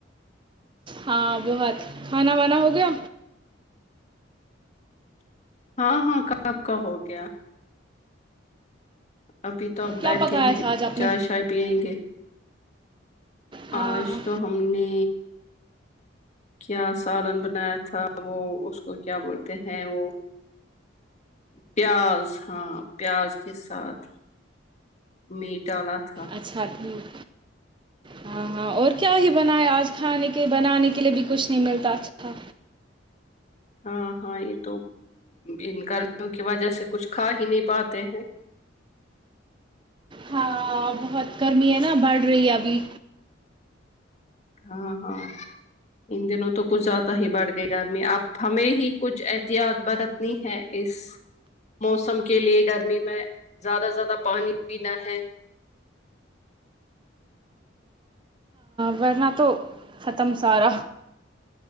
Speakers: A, on the right; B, on the left.
A: ہاں بہت کھانا وانا ہو گیا
B: ہاں ہاں کب کا ہو گیا ابھی تب
A: کیا
B: بیٹھتے
A: پکایا
B: ہیں
A: تھا آج آپ
B: چائے
A: نے
B: شائے پیںنگے
A: ہاں
B: آج تو ہم نے کیا سالن بنایا تھا وہ اس کو کیا بولتے ہیں وہ پیاز ہاں پیاز کے ساتھ میٹ ڈالاتھا
A: اچھا ٹھیک ہاں ہاں اور کیا ہی بناائے آج کھانے کے بنانے کے لیے بھی کچھ نہیں ملتا اچھا
B: ہاں ہاں یہ تو ان گرمیوں کی وجہ سے کچھ کھا ہی نہیں پاتے ہیں
A: ہاں بہت گرمی ہے نا بڑھ رہی ہے ابھی
B: ہاں ہاں ان دنوں تو کچھ زیادہ ہی بڑھ گئی گرمی اب ہمیں ہی کچھ احتیاط برتنی ہے اس موسم کے لیے گرمی میں زیادہ زیادہ پانی پینا ہے
A: ورنہ تو ختم سارا